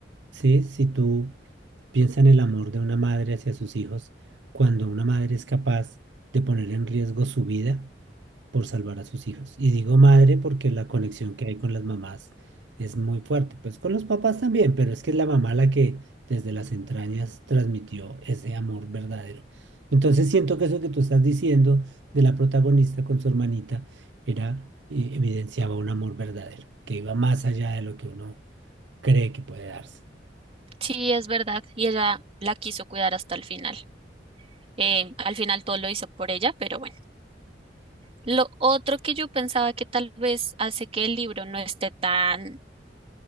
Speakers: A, on the right (about 85°); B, on the right (about 35°).
A: ¿Sí? Si tú piensas en el amor de una madre hacia sus hijos, cuando una madre es capaz de poner en riesgo su vida, por salvar a sus hijos. Y digo madre porque la conexión que hay con las mamás es muy fuerte, pues con los papás también, pero es que es la mamá la que desde las entrañas transmitió ese amor verdadero. Entonces siento que eso que tú estás diciendo de la protagonista con su hermanita era, eh, evidenciaba un amor verdadero, que iba más allá de lo que uno cree que puede darse.
B: Sí, es verdad, y ella la quiso cuidar hasta el final. Eh, al final todo lo hizo por ella, pero bueno. Lo otro que yo pensaba que tal vez hace que el libro no esté tan,